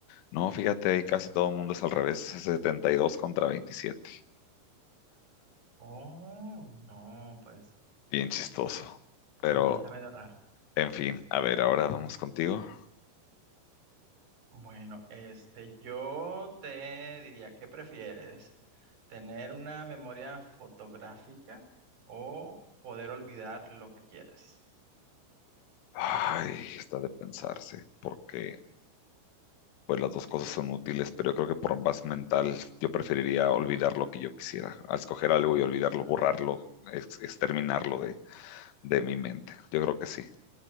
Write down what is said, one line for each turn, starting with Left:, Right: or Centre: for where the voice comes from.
Left: No, fíjate, ahí casi todo el mundo es al revés, es 72 contra 27.
Right: Oh, no, pues
Left: Bien chistoso. Pero,
Right: sí, está medio raro.
Left: en fin, a ver, ahora vamos contigo.
Right: Bueno, este, yo te diría, ¿qué prefieres? ¿Tener una memoria fotográfica o poder olvidar lo que quieras?
Left: Ay, está de pensarse, porque pues las dos cosas son útiles, pero yo creo que por más mental yo preferiría olvidar lo que yo quisiera, a escoger algo y olvidarlo, borrarlo, ex- exterminarlo de, de mi mente. Yo creo que sí,